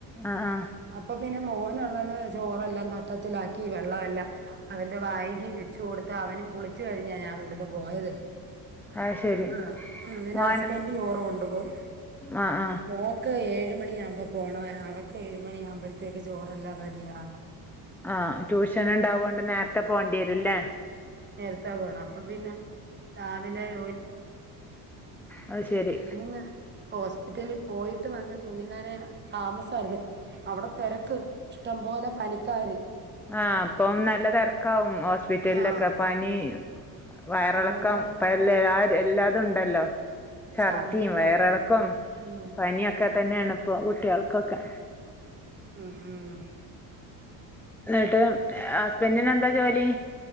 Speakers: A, in the centre; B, on the right.
A: ആഹ് ആഹ്
B: അപ്പൊ പിന്നെ മോനുള്ളത് ചോറെല്ലാം തട്ടത്തിലാ ക്കി വെള്ളമല്ല അവന്റെ വായിക്ക് വെച്ച് കൊടുത്ത് അവനും കുളിച്ചു കഴിഞ്ഞാ ഞാൻ ഇവിടുന്ന് പോയത്
A: അത് ശരി
B: ആ പിന്നെ
A: മോൻ
B: ഹസ്ബൻഡ്‌ ചോറ് കൊണ്ടു പോകും
A: ആഹ് ആഹ്
B: മോൾക്ക് ഏഴു ഏഴ് മണിയാകുമ്പോ പോണം അവൾക്ക് ഏഴു മണിയാകുമ്പോഴത്തേക്കും ചോറെല്ലാം റെഡി ആവണം
A: ആ ട്യൂഷൻ ഉണ്ടാവോണ്ട് നേരത്തെ പോണ്ടി വരും ല്ലേ
B: നേരത്താ പോണം അപ്പ പിന്നെ രാവിലെ <inaudible>
A: അത് ശരി
B: പിന്ന ഹോസ്പിറ്റലിൽ പോയിട്ട് വന്ന് തുണിനന താമസമായിരുന്നു അവിടെ തിരക്ക് ഇഷ്ടംപോലെ പനിക്കാര്.
A: ആ അപ്പം നല്ല തിരക്കാവും ഹോസ്പിറ്റലിലൊക്കെ
B: ആഹ്
A: പനി. വയറിളക്കം
B: അതുകൊണ്ട് ഭയങ്കര
A: ഇപ്പ എല്ല എല്ലാ അതുണ്ടല്ലോ. ഛർദിയും
B: ഛർദില്
A: വയറിളക്കം
B: ഉം
A: പനിയൊക്കെ തന്നെയാണ്. ഇപ്പൊ കുട്ടികൾക്കൊക്കെ.
B: ഉം ഉം.
A: എന്നിട്ട് ഹസ്ബൻഡിന് എന്താ ജോലി.